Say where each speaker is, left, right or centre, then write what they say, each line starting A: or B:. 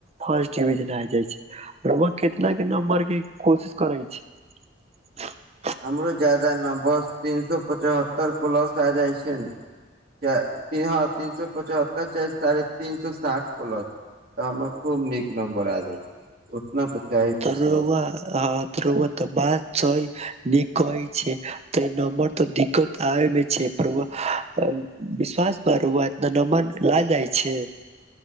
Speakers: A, on the right (about 30°); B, on the right (about 50°).
A: फर्स्ट डिविजन आ जाइ छै कितना केँ नम्बर केँ कोशिश करे छै
B: हमरो जादा न बस तीन सो पचहत्तर प्लस आ जाइ छै ने ह तीन सो पचहत्तर च साढ़े तीन सो साठ प्लस तऽ हमर खूब नीक नंबर आ जाय छै उतना तऽ चाही पैसा
A: तरौवाहँ तरोवा तऽ बाद छै नीक <unintelligible> कहै छै त ए नमर तऽ दिक्कत आयमे छै पर विश्वास पर रउआ विश्वास पर न ऐत रउआ नम्बर ला जाइ छैक